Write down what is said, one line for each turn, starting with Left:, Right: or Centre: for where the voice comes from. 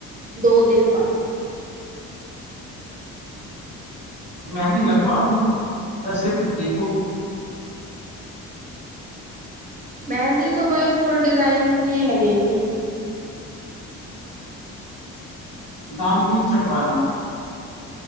Right: دو دن بعد
Left: مہندی لگواؤ گی یا صرف دیکھو گ
Right: مہندی تو بھائی فل ڈیزائننگ کی ہی لگے گی
Left: نام بھی چبانا